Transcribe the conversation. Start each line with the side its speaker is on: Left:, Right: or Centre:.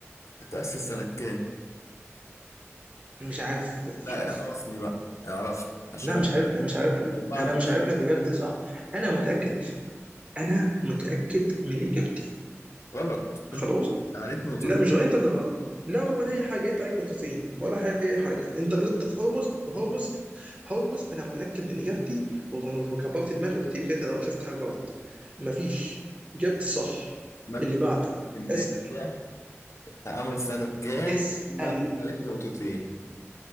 Left: اتأسس سنة كام؟
Right: مش عارف بجد
Left: لا
Right: مش عارف
Left: اعرفني بقى اعرفني عشان
Right: لا مش عارف لك، مش عارف لك
Left: بعد
Right: انا مش عارف لك اجابتي صح انا متاكد انا متاكد من اجابتي
Left: غلط
Right: خلاص
Left: أنت عارف نقطة
Right: لا مش غلط انت اللي غلط لا ولا اي حاجه انت عليك نقطتين ولا اي حاجه انت غلطت في هرمز وهرمز هرمز انا متاكد من اجابتي وغ- وكبرت دماغي قلت يمكن انت لو شفت حاجه غلط مفيش جبت صح
Left: متحف
Right: اللي بعده
Left: اسكندرية
Right: اسال
Left: اتعمل سنة كام؟
Right: اسال
Left: ما عليك نقطتين